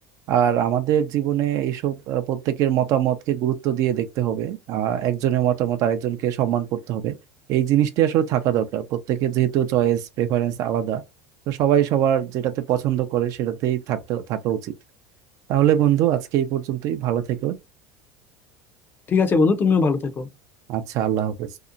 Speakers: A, on the right (about 55°); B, on the left (about 30°).
A: আর আমাদের জীবনে এইসব আহ, প্রত্যেকের মতামতকে গুরুত্ব দিয়ে দেখতে হবে আহ, একজনের মতামত আরেকজনকে সম্মান করতে হবে এই জিনিসটি আসলে থাকা দরকার প্রত্যেকের যেহেতু চয়েস প্রেফারেন্স আলাদা তো সবাই সবার যেটাতে পছন্দ করে সেটাতেই থাকতে থাকা উচিত তাহলে বন্ধু আজকে এই পর্যন্তই ভালো থেকো
B: ঠিক আছে বন্ধু তুমিও ভালো থেকো
A: আচ্ছা আল্লাহ হাফেজ